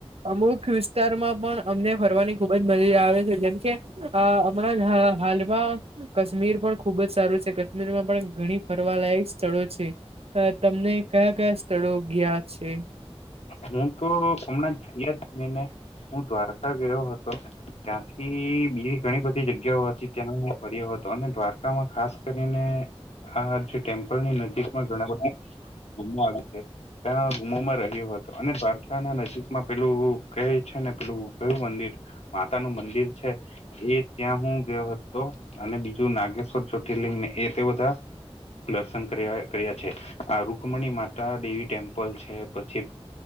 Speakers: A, on the right (about 70°); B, on the left (about 85°).
A: અમુક વિસ્તારમાં પણ અમને ફરવાની ખુબ જ મજી આવે છે, જેમકે હમણાં હ હાલમાં કશ્મીર પણ ખુબ જ સારું છે, કશ્મીરમાં પણ ઘણી ફરવાલાાયક સ્થળો છે. અ તમને કયા કયા સ્થળો ગીયા છે?
B: હું તો હમણાં ગીયા જ નીને. હું દ્વારકા ગયો હતો. ત્યાંથી બી ઘણી બધી જગ્યાઓ હતી, ત્યાં ફર્યો હતો અને દ્વારકામાં ખાસ કરીને, આ જ ટેમ્પલ ની નજીકમાં ઘણા બધા ગુમો, આવે છે ત્યાં ગુમોમાં રહ્યો હતો. અને દ્વારકા ના નજીકમાં પેલું ક છે ને પેલું કયું મંદિર. માતા નું મંદિર છે. એ ત્યાં હું ગયો હતો અને બીજું નાગેશ્વર જ્યોતિર્લિંગને એ તે બધા દર્શન કર્યા કર્યા છે, આ રુકમણી માતા દેવી ટેમ્પલ છે પછી